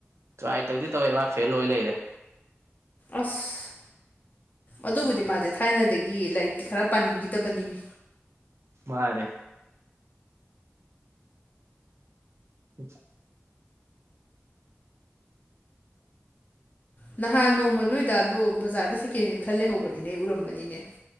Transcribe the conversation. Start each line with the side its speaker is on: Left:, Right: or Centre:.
Right: ꯇ꯭ꯔꯥꯏ ꯇꯧꯗꯤ ꯇꯧꯋꯦ ꯃꯥ ꯐꯦꯜ ꯑꯣꯏ ꯂꯩꯔꯦ
Left: ꯑꯁ ꯑꯗꯨꯕꯨꯗꯤ ꯃꯥꯁꯦ ꯊꯥꯏꯅꯗꯒꯤ ꯂꯥꯏꯔꯤꯛꯇꯤ ꯈꯔ ꯄꯥꯅꯤꯡꯒꯤꯗꯕꯅꯤꯅꯦ
Right: ꯃꯥꯅꯦ <inaudible>
Left: ꯅꯍꯥꯟ ꯅꯣꯡꯃ ꯅꯣꯏ ꯗꯥꯗꯣ ꯕꯖꯥꯔꯗ ꯁꯦꯀꯦꯟ ꯍꯦꯟ ꯈꯜ ꯂꯩꯍꯧꯕꯅꯤꯅꯦ ꯑꯩ ꯎꯔꯝꯕꯅꯤꯅꯦ